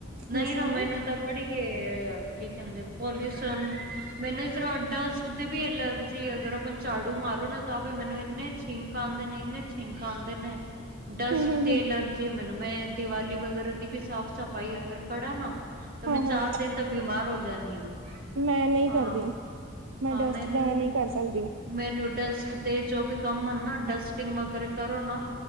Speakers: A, on the right (about 45°); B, on the right (about 75°).
A: ਨਹੀਂ
B: ਟਿਊਸ਼ਨ
A: ਨਾ ਮੈਨੂੰ
B: ਹੈ।
A: ਤਾਂ ਪੜ੍ਹੀਏ ਕੀ ਕਹਿੰਦੇ ਪੋਲਿਊਸ਼ਨ ਮੈਨੂੰ ਇਸਰਡਸਟ ਦੇ ਵੀਲਰ ਜੀ ਅਗਰ ਆਪਾਂ ਝਾੜੂ ਮਾਰੋ ਨਾ ਤਾਂ ਫ ਮੈਨੂੰ ਇੰਨੇ ਛਿੰਕ ਆਉਂਦੇ ਨੇ ਇੰਨੇ ਛਿੰਕ ਆਉਂਦੇ ਨੇ। ਡਸਟ
B: ਹੂੰ ਹੂੰ
A: ਦੀ
B: ਹੂੰ
A: ਅਲਰਜੀ ਹੈ ਮੈਨੂੰ ਮੈਂ ਦੀਵਾਲੀ ਵਗੈਰਾ ਦੀ ਵੀ ਸਾਫ਼ ਸਫ਼ਾਈ ਅਗਰ ਖੜਾ ਨਾ ਤਾਂ
B: ਹਾਂ
A: ਮੈਂ ਚਾਰ
B: ਹਾਂ
A: ਦਿਨ ਤਾਂ ਬਿਮਾਰ ਹੋ ਜਾਣੀ ਆ।
B: ਮੈਂ ਨਹੀਂ
A: ਹਾਂ
B: ਕਰਦੀ। ਮੈਂ
A: ਹਾਂ
B: ਡਸਟ
A: ਮੈਨੂੰ
B: ਦਾ ਨਹੀਂ ਕਰ ਸਕਦੀ
A: -ਮੈਨੂੰ ਡਸਟ ਤੇ ਜੋ ਵੀ ਕੰਮ ਹਨ ਨਾ ਡਸਟਿੰਗ ਵਗੈਰਾ ਕਰੋ ਨਾ